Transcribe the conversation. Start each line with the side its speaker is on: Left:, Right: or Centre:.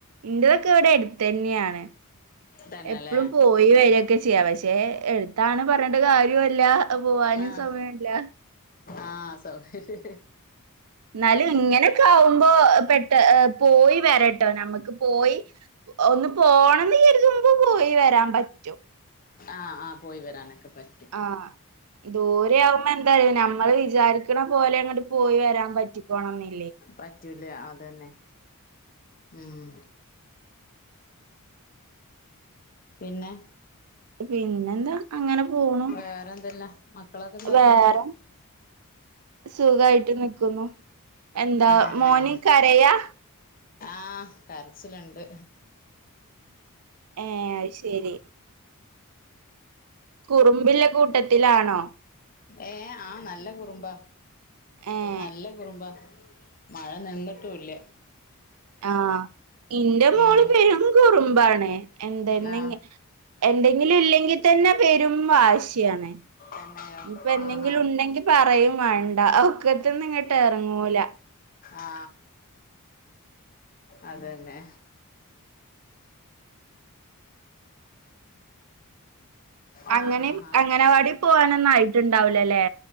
Right: ഇന്റതൊക്കെ ഇവിടെ അടുത്തു തന്നെയാണ്.
Left: തന്നെല്ലേ
Right: എപ്പളും പോയി വരൊക്കെ ചെയ്യാ. പക്ഷെ എടുത്താണ് പറഞ്ഞിട്ട് കാര്യ ല്ല പോവാനും
Left: ആഹ്
Right: സമയല്ല.
Left: ആഹ് സൗഹര്യ
Right: ന്നാലും ഇങ്ങനോക്കെ ആവുമ്പോ പെട്ട പോയി വരട്ടോ നമുക്ക് പോയി ഒന്ന് പോണന്ന് കര്തുമ്പൊ പോയി വരാം പറ്റും
Left: ആ ആ പോയി വരാനൊക്ക പ
Right: ആ ദൂരെ ആവു എന്താ അറിയോ നമ്മള് വിചാരിക്ക്ണ പോലെ അങ്ങട്ട് പോയി വരാം പറ്റിക്കോണന്നി
Left: പറ്റൂല അതന്നെ ഉം പിന്നെ
Right: പിന്നെ എന്താ അങ്ങനെ പോണു
Left: വേറ എന്തല്ല മക്കളൊക്ക എന്താക്കുന്നു
Right: വേറെ സുഖായിട്ട് നിക്കുന്നു എന്താ
Left: ആഹ്
Right: മോന്
Left: ആഹ്
Right: കരയാ
Left: ആഹ് കര്ച്ചില്ണ്ട്
Right: ഏ അത് ശരി കുറ്മ്പില്ല കൂട്ടത്തിലാണോ
Left: ഏ ആ നല്ല കുറുമ്പാ
Right: ഏഹ്
Left: നല്ല കുറുമ്പാ മഴ നിന്നിട്ടുല്ല
Right: ആ ഇന്റെ മോള്
Left: ഉം
Right: പെരും കുറുമ്പാണ് എന്തെന്നെ
Left: ആ
Right: എന്തെങ്കിലും ഇല്ലെങ്കി തന്നെ പെരും വാശിയാണ്
Left: തന്നെയോ
Right: ഇപ്പ എന്തെങ്കിലും
Left: ആഹാ
Right: ഇണ്ടെങ്കി പറയും വാണ്ട ഒക്കത്ത്ന്ന് ങ്ങട്ട് എറങ്ങൂല
Left: ആ അതന്നെ ആ
Right: അങ്ങനെ
Left: ഹാ ഹാ
Right: അങ്ങനവാടി പോവാനൊന്നു ആയിട്ട്ണ്ടാവുല ലെ